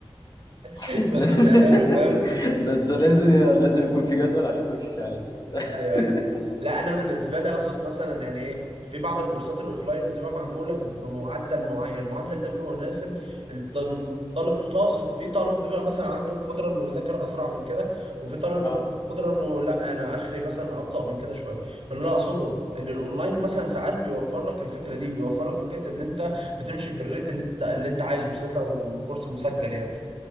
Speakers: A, on the right; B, on the left.
A: <laughs>
B: <laughs>
A: بس
B: لازم-
A: بتعمله فاهم
B: بس لازم لازم يكون في جدول عشان ما أمشيش عليه
A: ايوه
B: <laughs>
A: ايوه لا انا بالنسبه لي اقصد مثلا يعني ايه في بعض الكورسات الاوفلاين بتبقى معموله بمعدل معين المعدل ده بيبقى مناسب للطالب المتوسط في طالب بيبقى مثلا عنده القدره انه يذاكر اسرع من كده وفي طالب
B: اه
A: بيبقى عنده القدره انه لا انا اخري مثلا ابطا من كده شويه فانا اللي اقصده ان الاونلاين مثلا ساعات بيوفر لك الفكره دي بيوفر لك فكره ان انت بتمشي بالريت اللي انت اللي انت عايزه بالذات لو كورس مسجل يعني